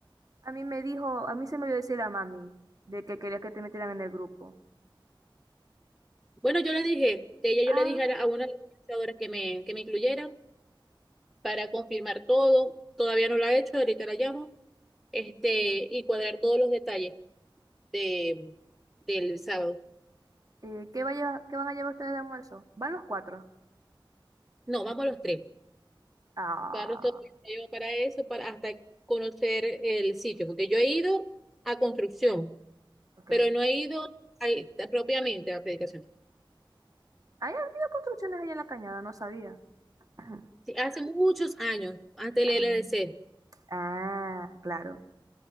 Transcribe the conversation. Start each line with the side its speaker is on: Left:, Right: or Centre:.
Right: a mí me dijo, a mí se me dio decir la mami de que quería que te metieran en el grupo.
Centre: Bueno, yo le dije, de ella
Right: Ah,
Centre: yo le dije a, la- a una de las organizadoras que me, que me incluyera para confirmar todo. Todavía no lo ha hecho, ahorita la llamo. Este, y cuadrar todos los detalles de, del sábado.
Right: eh, ¿qué va a llevar- qué van a llevar ustedes de almuerzo? Van los cuatro.
Centre: No, vamos los tres.
Right: Ah,
Centre: Claro, todo me llevo para eso, para hasta conocer el sitio, porque yo he ido a construcción,
Right: ok.
Centre: pero
Right: Hay
Centre: no he ido a- propiamente a la predicación.
Right: habido construcciones allá en la cañada, no sabía. <laughs> <clears throat>
Centre: Sí, hace muchos años, antes
Right: Ah,
Centre: del LDC.
Right: ah, claro.